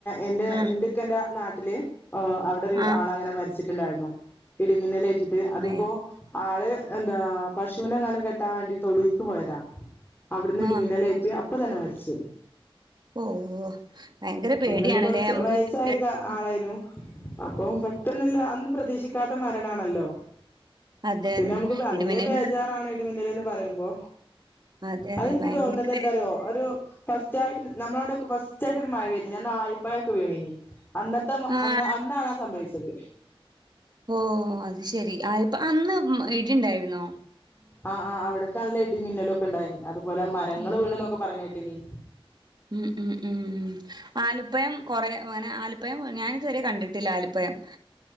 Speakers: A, on the left; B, on the right.
A: എന്റെ
B: ആഹ്
A: എൻ്റ് ക്കാൻ്റെ നാട്ടില് ആ അവിടെ ഒരു
B: ആഹ്
A: ആൾ അങ്ങനെ മരിച്ച് ട്ടിലായിരുന്നു ഇടിമിന്നലേറ്റിട്ട് അതിപ്പോ
B: മേ
A: ആള് എന്താ പശുവിനെങ്ങാനും കെട്ടാൻ വേണ്ടിട്ട് തൊടീൽക്ക് പോയതാ അവിടുന്ന് ഇടി
B: ആഹ്
A: മിന്നലേറ്റ് അപ് പ്പൊ തന്നെ മരിച്ച്
B: ഓ ഓ ഭയങ്കര പേടിയാണ്ല്ലേ
A: അങ്ങനെണ്ട് കൊറച്ച്
B: മ്മക്ക്
A: വയസ്സായൊരു
B: മി <unintelligible>
A: ആളായിരുന്നു അപ്പം പെട്ടെന്നില്ല അന്ന് പ്രതീക്ഷിക്ക ക്കാത മരണാണല്ലോ?
B: അതെ
A: പിന്നെ
B: അതെ
A: നമുക്ക് ബലലെ
B: ഇടിമിന്നൽ
A: ബേജാറാണ് ഇടിമിന്നല് എന്ന് പറയുമ്പോ,
B: അതെ അതെ
A: അതെന്ക്ക്
B: ഭയങ്കര
A: തോന്നുന്നത് എന്താറിയോ ഒരു ഫസ്റ്റായിട്ട് നമ്മളോടൊക്കെ ഫസ്റ്റായി ട്ടൊരു മഴ പെയ്തിനി അന്നാലിപ്പായൊക്കെ വീണീനി. അന്നത്തെ
B: ആഹ്
A: അന്ന് അന്നാണ് അ സംഭവിച്ചത്. അതെ
B: ഓ അത് ശെരി. ആ ഇപ്പ അന്ന് ഇടിണ്ടായ്രുന്നോ?
A: ആഹ ആ അവിടെക്കല്ല ടിമിന്നലൊക്കെണ്ടായിരുന്നു. അതുപോലെ മരങ്ങള്
B: ഉം
A: വീണ്ന്നൊക്കൊ പറീണേട്ട്നി
B: ഉം ഉം ഉം. ആലിപ്പയം കുറേ അങ്ങനെ ആലിപ്പയം ഞാനിതുവരെ കണ്ടിട്ടില്ല ആലിപ്പയം.